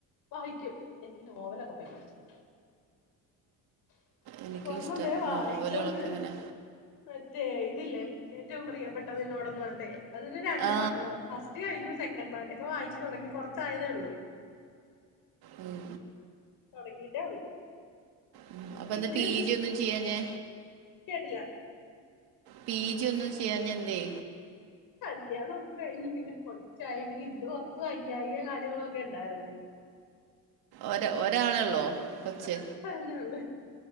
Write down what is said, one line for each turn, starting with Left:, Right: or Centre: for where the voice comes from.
Left: വായിക്കും എനക്ക് നോവലൊക്കെ ഭയങ്കര ഇഷ്ടാ
Right: എനിക്കിഷ്ടം
Left: ഒരെണ്ണം ദേ വായിച്ചോണ്ട്
Right: നോവലുകളൊക്കെ എങ്ങനെ
Left: മറ്റേ ഇതില്ലേ ഏറ്റവും പ്രിയപ്പെട്ടത് നിന്നോടന്ന് പറഞ്ഞട്ടെ അതില് രണ്ട്
Right: ആ
Left: പാർട്ട് ഇ കഴിഞ്ഞു സെക്കൻഡ് പാർട്ടിപ്പോൾ വായിച്ച് തുടങ്ങി കുറച്ചായതേള്ളൂ
Right: ഉം
Left: തുടങ്ങിയിട്ടേ ഉള്ളൂ
Right: ഉം അപ്പൊ എന്താ
Left: ഇത്
Right: പി ജി ഒന്നും ചെയ്യാഞാ
Left: കേട്ടില്ല
Right: പീജി ഒന്നും ചെയ്യാഞ്ഞ എന്തേ
Left: കല്യാണം ഒക്ക കഴിഞ്ഞ് പിന്നെ കൊച്ചായി പിന്നെ ഇതിന് കൊറച്ച് വയ്യായിയും കാര്യങ്ങളും ഒക്കെ ഉണ്ടായിന്ന്
Right: ഒരാ ഒരാളല്ലോ കൊച്ച്
Left: ഒരൊറ്റൊരെണ്ണ ഉള്ളൂ